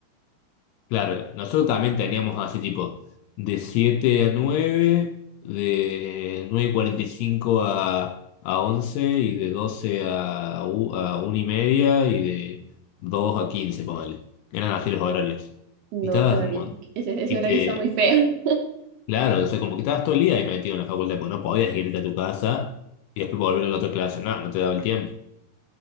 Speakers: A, on the left (about 80°); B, on the right (about 70°).
A: claro. Nosotros también teníamos así tipo de siete a nueve de 9 y 45 a, a 11 y de 12 a, u- a una y media y de dos a quince ponele. Eran así los horarios.
B: No,
A: Y estabas,
B: qué horario,
A: mon-
B: ese, ese
A: y
B: horario
A: te,
B: está muy feo. <laughs>
A: Claro, o sea, como que estabas todo el día ahí metido en la facultad, porque no podías irte a tu casa y después volver a la otra clase. No, no te daba el tiempo.